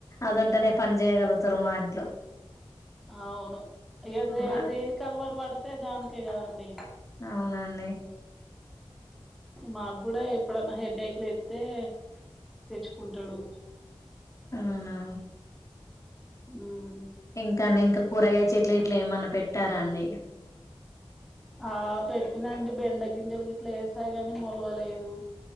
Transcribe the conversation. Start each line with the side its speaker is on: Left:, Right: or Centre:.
Left: అదంటేనే పని చేయగలుగుతారు మా ఇంట్లో
Centre: అవును అయ్యో
Left: ఆ
Centre: దేనికి అలవాటు పడితే దానికే కదండి
Left: అవునండి
Centre: మాకు కూడా ఎప్పుడన్నా హెడేక్లు ఐతే తెచ్చుకుంటాడు
Left: అవునా
Centre: ఉమ్మ్
Left: ఇంకా అండి ఇంకా కూరగాయ చెట్లు ఇట్లా ఏమన్నా పెట్టారా అండి
Centre: ఆ పెట్టినండి బెండగింజలు గిట్లా వేసాయి గాని మొలవలేదు